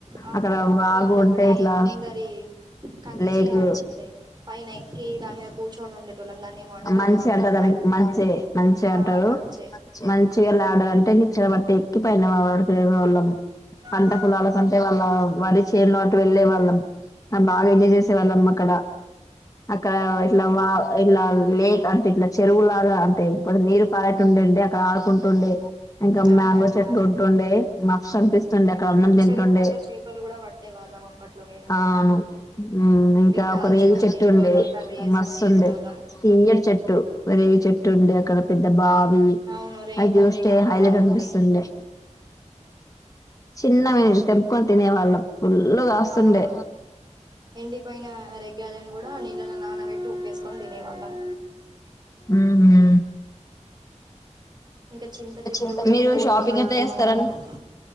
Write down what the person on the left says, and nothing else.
అక్కడ
వాగు
ఉంటాయి
ఇట్లా
లేకు
మంచె
అంటరు
దానికి మంచె మంచ అం
టారు
మంచిగాలాడాలంటే నిచ్చెన పట్టి ఎక్కిపయినార్ తిరిగేటోళ్ళం పంట
పొలాల కంటే వాళ్ళ వరి చేనులో అటు వెళ్ళే వాళ్ళం బాగా ఎంజాయ్ చేసే వాళ్ళం అక్కడ అక్కడ ఇట్లా వా ఇట్లా లేక్ అంటే ఇట్లా చెరువులాగా అంటే కొద్ నీరు పారేటుంటున్డే అక్కడ ఆడుకుంటుండే ఇంకా
మ్యాంగో చెట్లు ఉంటుండే మక్ష అనిపిస్తుండే అక్కడ అన్నం తింటుండే
ఆ అవును ఇంకా
ఒక రేగి చెట్టు
ఉండే
మస్తు
ఉండే తీయ్యటి చెెట్టు రేగి చెెట్టు ఉండే అక్కడ పెద్ద బావి
అది
చూస్తే
హైలైట్
అనిపిస్తుండే చిన్నవయితేం క్కొని తినే వాళ్ళం ఫుల్గా కాస్తుండే
మ్ హు
ఇంకా
మీరు
షాపింగ్
ఎట్ల చేస్తారండి